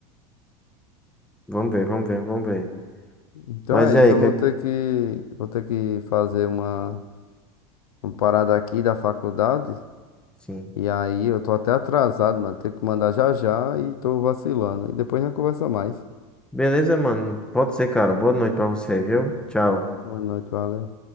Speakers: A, in the centre; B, on the left.
A: Vamos ver, vamos ver, vamos ver.
B: Então
A: Mas
B: é
A: e aí,
B: isso, eu
A: que...
B: vou ter que, vou ter que fazer uma, uma parada aqui da faculdade.
A: sim.
B: E aí eu tô até atrasado, mano. Tenho que mandar já já e tô vacilando. E depois a gente conversa mais.
A: Beleza, mano. Pode ser, cara. Boa noite pra você, viu? Tchau.
B: Boa noite, valeu.